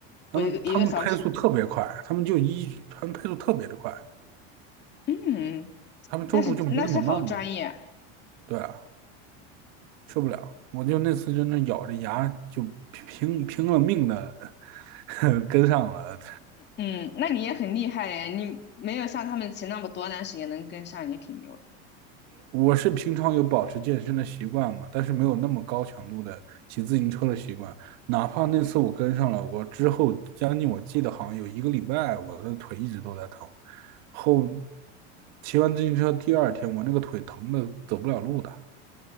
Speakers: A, on the left (about 30°); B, on the right (about 60°).
A: 我一个一个小时，
B: 他们他们配速特别快，他们就一他们配速特别的快，
A: 嗯，
B: 他们中途就没那么慢了。
A: 那是那是好专业，
B: 对啊。受不了。我就那次真的咬着牙就拼拼了命的 <laughs> 跟上了。
A: 嗯，那你也很厉害耶，你没有像他们骑那么多，但是也能跟上，也挺牛的。
B: 我是平常有保持健身的习惯嘛，但是没有那么高强度的骑自行车的习惯。哪怕那次我跟上了，我之后将近我记得好像有一个礼拜，我的腿一直都在疼。后骑完自行车第二天，我那个腿疼的走不了路的。